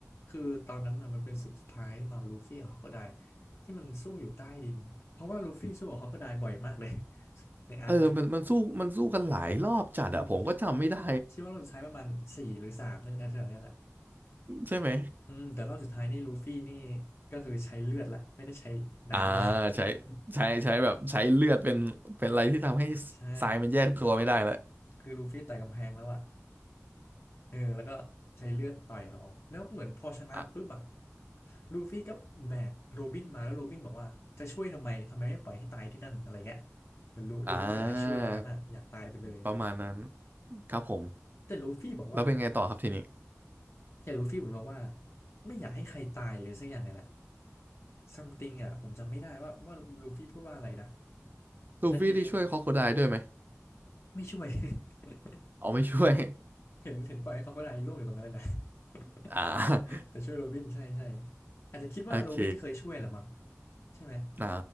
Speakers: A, on the left; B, on the right.
A: คือตอนนั้นนะมันเป็นศึกสุดท้ายตอนลูฟี่กับค็อกไไดที่มันสู้อยู่ใต้ดินเพราะว่าลูฟี่สู้กับฮอกไไดบ่อยมากเลย <laughs> ในอาร์คเนะ
B: เออมันมันสู้มันสู้กันหลายรอบจัดอะผมก็จำไม่ได้
A: ผมคิดคิดว่าเราใช้ประมาณสี่หรือสามนั่นแหละแถวๆเนี้ยแหละ
B: ใช่ไหม
A: อืมแต่รอบสุดท้ายนี่ลูฟี่นี่ก็คือใช้เลือดละไม่ได้ใช้น้ำละ
B: อ่า
A: <laughs>
B: ใช้ใช้ใช้แบบใช้เลือดเป็นเป็นอะไรที่ทำให้
A: ใช่
B: ทรายมันแยกตัวไม่ได้แล้ว
A: คือลูฟี่ต่อยกำแพงแล้วอะเออแล้วก็ใช้เลือดต่อยเอาแล้วเหมือนพอชนะปุ๊บอะ
B: อ่ะ
A: ลูฟี่ก็แบกโรบินมาแล้วโรบินบอกว่าจะช่วยทำไมทำไมไม่ปล่อยให้ตายที่นั่นอะไรเงี้ยเหมือนโรโรบินไม่อยากให้ช่วยตอนนั้นอะอยากตายไปเลย
B: อ่าประมาณนั้นครับผม
A: แต่ลูฟี่บอกว่า
B: แล้วเป็นไงต่อครับทีนี้
A: แต่ลูฟี่เหมือนบอกว่าไม่อยากให้ใครตายเลยสักอย่างไงแหละซัม e ิง i n อะผมจำไม่ได้ว่าว่าลูฟี่พูดว่าอะไรนะ
B: ลูฟี่ที่ช่วยคอโคไดด้วยไหม
A: แล้วทีนี้ ไม่ช่วย <laughs>
B: อ๋อไม่ช่วย
A: เห็นเห็นปล่อยให้เขาก็ได้ร่วงอยู่ตรงนั้นเลยนะ <laughs>
B: <laughs> อ่า <laughs>
A: แต่ช่วยโรบินใช่ใช่อาจจะคิดว่าโรบินเคยช่วยแหละมั้ง
B: โอเค
A: ใช่ไหม
B: อ่า